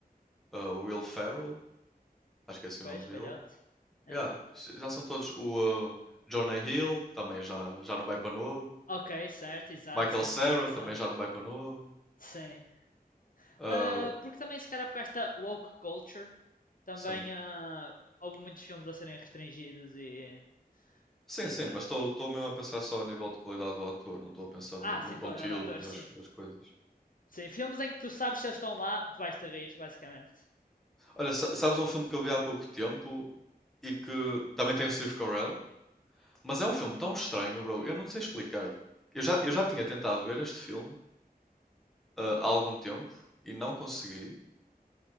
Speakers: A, in the centre; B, on the left.
A: Ah, o Will Ferrell, acho que é assim
B: depois,
A: o nome dele.
B: belhote. É.
A: Yeah, já são todos. O uh, Jonah Hill também já, já não vai para novo.
B: Ok, certo, exato,
A: Michael
B: também
A: Cera
B: é muito engraçado.
A: também já não vai para novo.
B: Sim.
A: Uh,
B: Ah, porque também, se calhar, por esta woke culture, também
A: sim.
B: ah, houve muitos filmes a serem restringidos e,
A: Sim,
B: e
A: sim,
B: pronto.
A: mas estou mesmo a pensar só a nível de qualidade do ator, não estou a pensar no,
B: Ah, sim,
A: no
B: de
A: conteúdo
B: qualidade de ator, sim.
A: das, das coisas.
B: Sim, filmes em que tu sabes se eles estão lá, tu vais te rir, basicamente.
A: Olha, sa- sabes um filme que eu vi há pouco tempo e que também tem o Steve Carell, mas é um filme tão estranho, bro, eu não sei explicar. Eu já, eu já tinha tentado ver este filme uh, há algum tempo e não consegui.